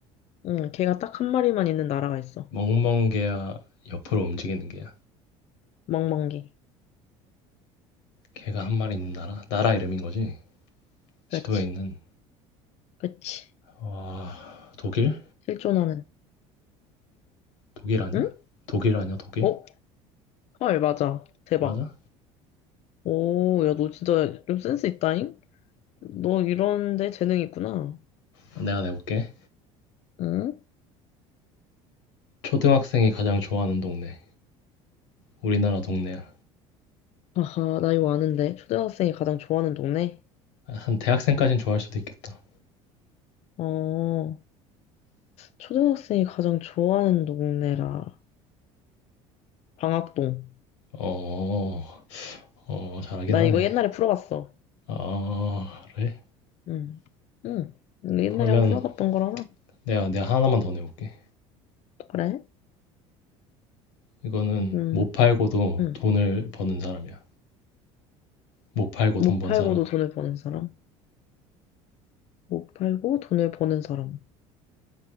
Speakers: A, on the left; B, on the left.
A: 응, 개가 딱 한 마리만 있는 나라가 있어.
B: 멍멍개야 옆으로 움직이는 개야
A: 멍멍개.
B: 개가 한 마리 있는 나라 나라 이름인 거지 지도에
A: 그렇지,
B: 있는
A: 그렇지.
B: 와, 독일?
A: 실존하는.
B: 독일 아니야?
A: 응?
B: 독일 아니야, 독일?
A: 어? 헐, 맞아. 대박.
B: 맞아?
A: 오, 야, 너 진짜 좀 센스 있다잉? 너 이런데 재능 있구나.
B: 내가 내볼게.
A: 응?
B: 초등학생이 가장 좋아하는 동네. 우리나라 동네야.
A: 아하, 나 이거 아는데. 초등학생이 가장 좋아하는 동네?
B: 한 대학생까진 좋아할 수도 있겠다.
A: 어, 초등학생이 가장 좋아하는 동네라. 방학동.
B: 어, 어, 잘하긴
A: 나
B: 하네.
A: 이거 옛날에 풀어봤어.
B: 어, 그래?
A: 응, 응. 이거 옛날에
B: 그러면
A: 한번 풀어봤던 거라서.
B: 내가, 내가 하나만 더 내볼게.
A: 그래?
B: 이거는
A: 음,
B: 못 팔고도
A: 음.
B: 돈을 버는 사람이야. 못 팔고
A: 못
B: 돈 번
A: 팔고도
B: 사람.
A: 돈을 버는 사람? 못 팔고 돈을 버는 사람?